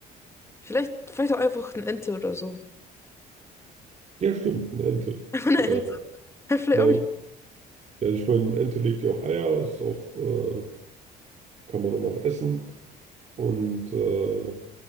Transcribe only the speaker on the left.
Vielleicht, vielleicht auch einfach eine Ente oder so.
<laughs> Einfach Eine
Ente. Ja, Vielleicht
auch nicht.